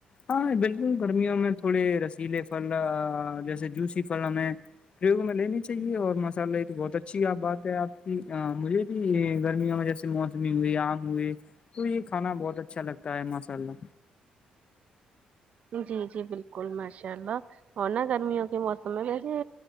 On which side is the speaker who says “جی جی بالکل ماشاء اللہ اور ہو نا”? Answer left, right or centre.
Right